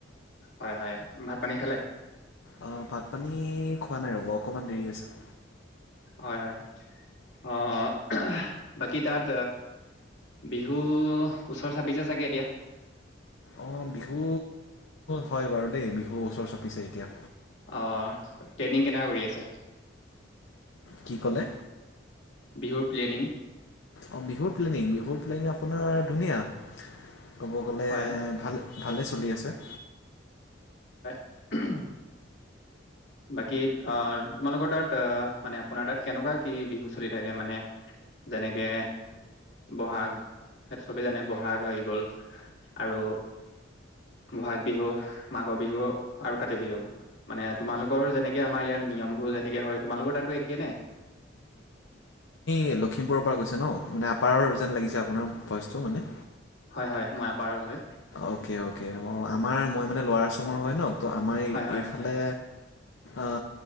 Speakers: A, on the left (about 70°); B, on the left (about 80°).
A: হয়, হয়। ভাত পানী খালে?
B: অ, ভাত পানী খোৱা নাই ৰ'ব। অকণমান দেৰি আছে।
A: হয়-হয় অ' বাকী তাত বিহু ওচৰ চাপিছে চাগে এতিয়া?
B: অ' বিহু হয় বাৰু দেই, বিহু ওচৰ চাপিছে এতিয়া।
A: অহ ট্ৰেইনিং কেনেকৈ কৰি আছে?
B: কি ক'লে?
A: বিহু প্লেনিং
B: অঁ বিহুৰ প্লেনিং, বিহুৰ প্লেনিং আপোনাৰ। <unintelligible> ধুনীয়া ক'ব গ'লে
A: হয়
B: ভাল ভালে চলি আছে।
A: <inaudible> বাকী অ তোমালোকৰ তাত অ মানে আপোনাৰ তাত কেনেকুৱা কি বিহু চলি থাকে? মানে যেনেকে বহাগ, সেইটো চবে জানে। বহাগ হৈ গল আৰু বহাগ বিহু, মাঘৰ বিহু আৰু কাতি বিহু মানে। তোমালোকৰ যেনেকে আমাৰ ইয়াত নিয়মবোৰ যেনেকে হয় তোমালোকৰ তাতো একে নে?
B: এই লখিমপুৰৰ পৰা কৈছে ন? মানে আপাৰৰ যেন লাগিছে আপোনাৰ ভয়চটো মানে
A: হয় হয় মই আপাৰৰ হয়।
B: অকে-অকে অ' আমাৰ মই মানে লৰা চমৰ হয় ন ত আমাৰ
A: হয়
B: এইফালে অ